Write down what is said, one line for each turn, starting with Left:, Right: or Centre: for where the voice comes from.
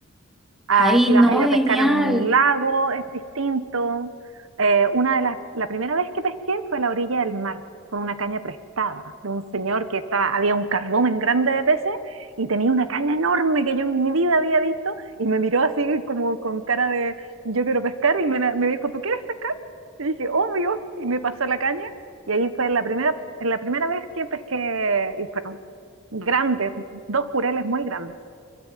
Right: a
Centre: Ay,
Right: si
Centre: no,
Right: vas a ir
Centre: genial.
Right: a pescar en un lago, es distinto. Eh, una de las, la primera vez que pesqué fue a la orilla del mar, con una caña prestada de un señor que estaba, había un cardumen grande de peces y tenía una caña enorme que yo en mi vida había visto y me miró así como con cara de yo quiero pescar y me, la- me dijo, ¿tú quieres pescar? Y dije, obvio, y me pasó la caña y ahí fue la primera, la primera vez que pesqué y fueron grandes, dos jureles muy grandes.